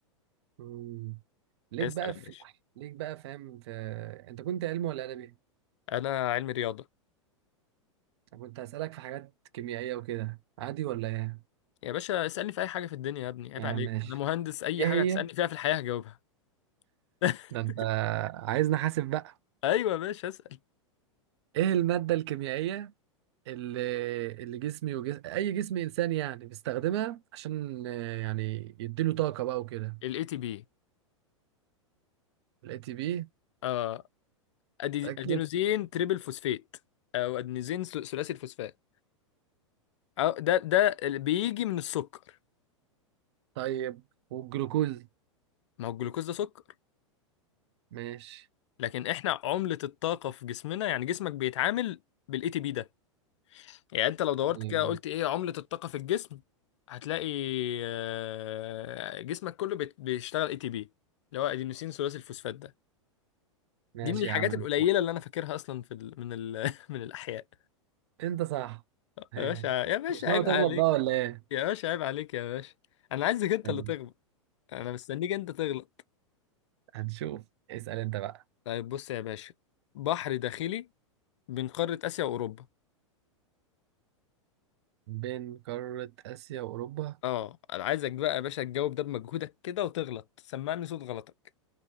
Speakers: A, on the right (about 55°); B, on the left (about 65°).
A: مم. ليك
B: اسال
A: بقى
B: يا
A: في
B: باشا
A: ليك بقى فاهم في... انت كنت علمي ولا ادبي
B: انا علمي رياضه
A: انا كنت هسالك في حاجات كيميائيه وكده عادي ولا ايه
B: يا باشا اسالني في اي حاجه في الدنيا يا ابني عيب
A: يعني
B: عليك
A: ماشي
B: انا مهندس اي
A: ايه
B: حاجه
A: هي
B: تسالني فيها في الحياه هجاوبها <laughs>
A: ده انت عايزني احاسب بقى
B: ايوه يا باشا اسال
A: ايه الماده الكيميائيه اللي اللي جسمي وجس... اي جسم انساني يعني بيستخدمها عشان آه، يعني يديله طاقه بقى وكده
B: الاي تي بي
A: الاي تي بي
B: اه أدي...
A: اتاكد
B: ادينوزين تريبل فوسفات او ادينوزين ث- ثلاثي الفوسفات أو ده ده اللي بيجي من السكر
A: طيب والجلوكوز
B: ما هو الجلوكوز ده سكر
A: ماشي
B: لكن احنا عملة الطاقة في جسمنا يعني جسمك بيتعامل بالاي تي بي ده يعني انت لو دورت
A: طيب
B: كده قلت ايه عملة الطاقة في الجسم هتلاقي آه، جسمك كله بيت- بيشتغل اي تي بي اللي هو ادينوسين ثلاثي الفوسفات ده
A: ماشي
B: دي من الحاجات
A: يا عم انت
B: القليلة
A: صح
B: اللي انا فاكرها اصلا في ال... من ال... <laughs> من الاحياء
A: انت صح ماشي.
B: يا باشا يا باشا
A: مش ناوي
B: عيب
A: تغلط
B: عليك
A: بقى ولا ايه
B: يا باشا عيب عليك يا باشا انا عايزك انت
A: ماشي.
B: اللي تغلط انا مستنيك انت تغلط
A: هنشوف اسال انت بقى
B: طيب بص يا باشا بحر داخلي بين قارة اسيا واوروبا
A: بين قاره اسيا واوروبا
B: اه انا عايزك بقى يا باشا تجاوب ده بمجهودك كده وتغلط سمعني صوت غلطك